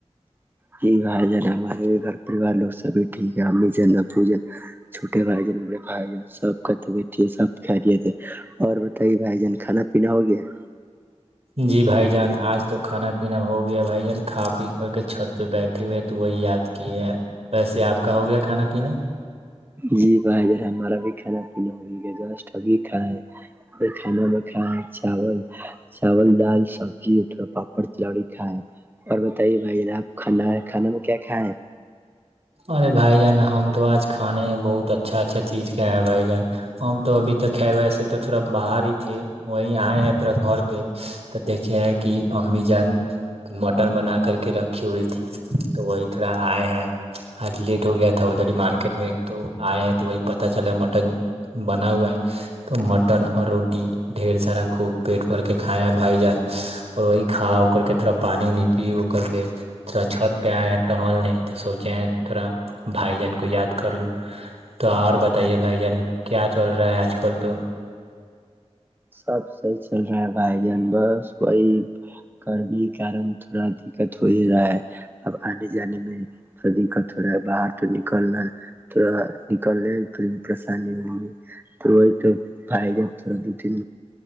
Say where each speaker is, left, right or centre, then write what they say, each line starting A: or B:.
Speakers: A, on the right; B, on the right.
A: جی بھائی جان ہمارے بھی گھر پریوار لوگ سب ٹھیک ہے امی جن ابو جن چھوٹے بھائی جان بڑے بھائی جان سب کاتے بیٹ ہے سب کہ لیے تھے اور بتائیے بھائی جان کھانا پینا ہو گیا <unintelligible>
B: جی بھائی جان آج تو کھانا پینا ہو گیا بھائی جان کھا پی کر کے چھت پہ بیٹھے ہوئے تو وہی یاد کیے ہیں ویسے آپ کا ہو گیا کھانا پینا
A: جی بھائیا ہمارا بھی کھانا پینا ہوبھی کھائے کھانا میں کھائے چاول چاول دال سبزی تھوڑا پاپڑ تلوڑی کھائے اور بتائیے بھائی آپ کھانا ہے کھانا میں کیا کھائےیں
B: ارے بھائی جان ہم تو آج کھانے ہیں بہت اچھا اچھا چیز کیا ہیں بھائی جان ہم تو ابھی تو خیر ویسے تو تھوڑا باہر ہی تھے وہی آئے ہیں تھوڑا گھر پہ تو دیکھے ہیں کہ امی جان مٹن بنا کر کے رکھی ہوئی تھی تو وہی تھوڑا آئے ہیں آج لیٹ ہو گیا تھا ادھر مارکیٹ میں تو آئے ہیں تو وہی پتا چلا مٹن بنا ہوا ہے تو مٹن اور روٹی ڈھیر سارا خوب پیٹ بھر کے کھائے ہیں بھائی جان اور وہی کھا ا کر کے تھوڑا پانی وانی پی ا کر کے تھوڑا چھت پہ آیا ٹہلنے تو سو چاہ تھوڑا بھائی جان کو یاد کر لوں تو اور بتائیے بھائی جان کیا چل رہا ہے آج کل تو
A: سب صحیح چل رہا ہے بھائی جان بس وہی گرمیی کے کارن تھوڑا دقت ہو ہی رہا ہے اب آنے جانے میں تھڑا دقت ہو رہا ہے باہر تو نکلنا تھوڑا نکلنے پریشانی ہو رہی ہے تو وہی تو بھائی جان تھوڑا دو تین